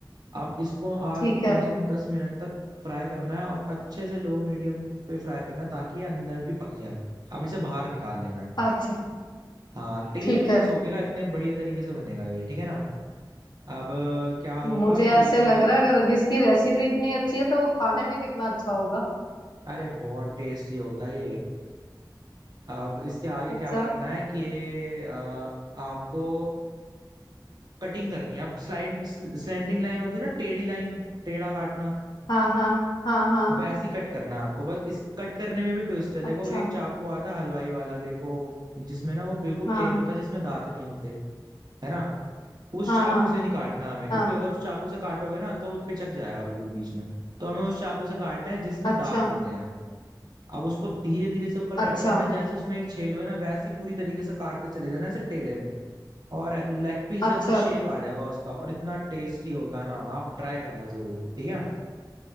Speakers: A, on the right; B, on the left.
A: अब इसको आज
B: ठीक है
A: कम से कम दस मिनट तक फ्राई करना है और अच्छे से लो मीडियम पे फ्राई करना है ताकि ये अंदर भी पक जाए अब इसे बाहर निकाल लेना है
B: अच्छा
A: हाँ तेल
B: ठीक
A: भी नहीं
B: है
A: सोखेगा इतने बढ़िया तरीके से बनेगा ये ठीक है ना अब अ, क्या होगा
B: मुझे
A: कि
B: ऐसे लग रहा है अगर जिसकी रेसिपी इतनी अच्छी है तो वो खाने में कितना अच्छा होगा
A: अरे बहुत टेस्टी होता है ये अब इसके आगे
B: अच्छा
A: क्या करना है कि अ, आपको कटिंग करनी है आप स्लाइड स्लैंडिंग लाइन होती है ना टेढ़ी लाइन टेढ़ा काटना
B: हाँ हाँ हाँ हाँ
A: वैसी कट करना है आपको बस इस कट करने में भी ट्विस्ट है
B: अच्छा
A: देखो एक चाकू आता हलवाई वाला देखो जिसमें ना वो बिल्कुल
B: हाँ
A: प्लेन होता है जिसमें दांत नहीं होते है ना उस
B: हाँ
A: चाकू
B: हाँ
A: से नहीं काटना हमें क्योंकि
B: हाँ
A: अगर उस चाकू से काटोगे ना तो वो पिचक जाएगा बिल्कुल बीच में तो हमें उस चाकू से काटना है जिसमें
B: अच्छा
A: दांत होते हैं अब उसको धीरे धीरे से ऊपर कट
B: अच्छा
A: करना है जैसे उसमें एक छेद हो है ना वैसे ही पूरी तरीके से काटते चले जाना ऐसे टेढ़े में और लेग पीस जैसा
B: अच्छा
A: शेप आ जाएगा उसका और इतना टेस्टी होता है ना आप ट्राई करना जरूर ठीक है